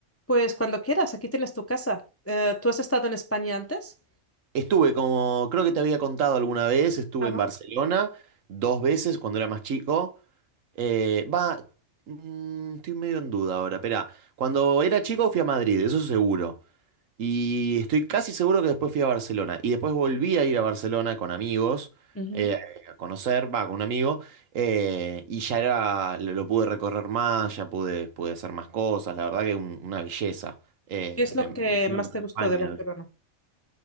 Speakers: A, on the left (about 20°); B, on the right (about 75°).
A: Pues cuando quieras, aquí tienes tu casa. Eh, ¿tú has estado en España antes?
B: Estuve, como creo que te había contado alguna vez, estuve
A: Ajá.
B: en Barcelona dos veces cuando era más chico. Eh, va, mm, estoy medio en duda ahora, espera. Cuando era chico fui a Madrid, eso seguro. Y estoy casi seguro que después fui a Barcelona. Y después volví a ir a Barcelona con amigos,
A: Ujú.
B: eh, a conocer, va, con un amigo. eh, y ya era, lo, lo pude recorrer más, ya pude, pude hacer más cosas. La verdad que un- una belleza. Eh,
A: ¿Qué es lo
B: me me
A: que
B: imagino
A: más
B: que
A: te gustó
B: España.
A: de Barcelona?
B: debe